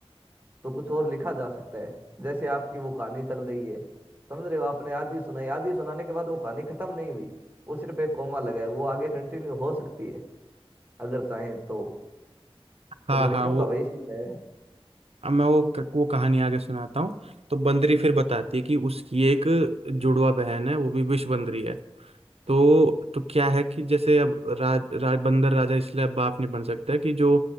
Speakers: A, on the right; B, on the right.
A: तो कुछ और लिखा जा सकता है जैसे आपकी वो कहानी चल रही है समझ रहे हो आपने आधी सुनाई आधी सुनाने के बाद वो कहानी खत्म नहीं हुई वो सिर्फ एक कोमा लगा है वो आगे कंटिन्यू हो सकती है अगर चाहें तो
B: हाँ
A: तो लड़कियों
B: हाँ वो
A: का वही सीन है
B: अब मैं वो वो कहानी आगे सुनाता हूँ तो बंदरी फिर बताती है कि उसकी एक जुड़वा बहन है वो भी विष बंदरी है तो तो क्या है कि जैसे अब राज, राज बंदर राजा इसलिए अब बाप नहीं बन सकता है कि जो